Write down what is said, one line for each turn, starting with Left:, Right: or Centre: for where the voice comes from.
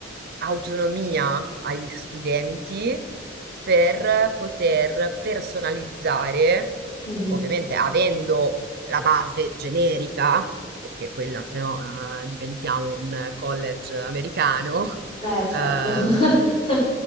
Right: autonomia agli studenti per poter personalizzare,
Left: mh-mh.
Right: ovviamente avendo la base generica, perché quella se no eh, diventiamo un college americano, <laughs>
Left: Eh certo.
Right: ehm,
Left: <laughs>